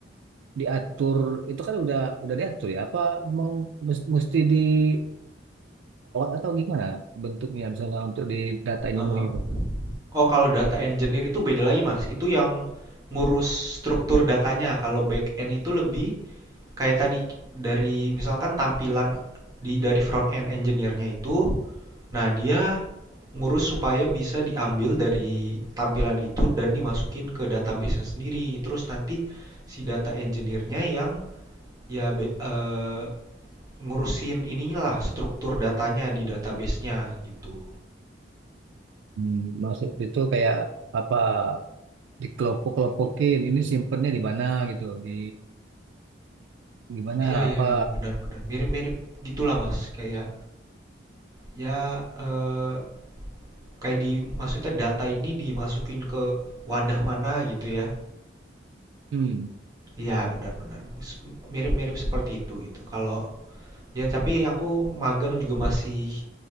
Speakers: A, on the right; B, on the right.
A: diatur itu kan udah udah diatur ya? Apa emang mes- mesti dirawat atau gimana bentuknya misalnya untuk di data engineering
B: heeh.
A: itu?
B: Oh, kalau data engineer itu beda lagi, Mas. Itu yang ngurus struktur datanya. Kalau back end itu lebih kayak tadi dari misalkan tampilan di dari front end engineer-nya itu, nah dia ngurus supaya bisa diambil dari tampilan itu dan dimasukin ke database-nya sendiri. Terus nanti si data engineer-nya yang ya be- eh, ngurusin inilah struktur datanya di database-nya gitu.
A: Hmm, maksud itu kayak apa dikelompok-kelompokin ini simpennya di mana gitu di Gimana
B: Iya iya
A: apa
B: iya benar benar mirip-mirip gitulah Mas kayak ya eh, kayak di maksudnya data ini dimasukin ke wadah mana gitu ya
A: hmm,
B: iya benar benar Sep- mirip-mirip seperti itu gitu kalau ya tapi aku magang juga masih